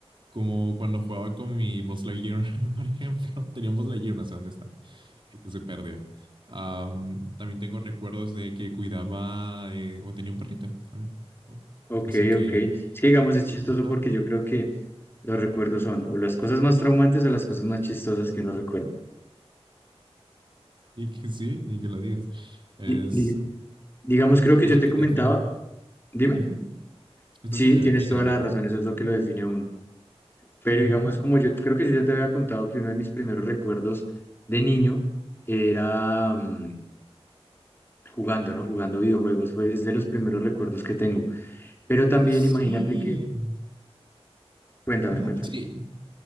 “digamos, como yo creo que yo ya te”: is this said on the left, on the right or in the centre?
Left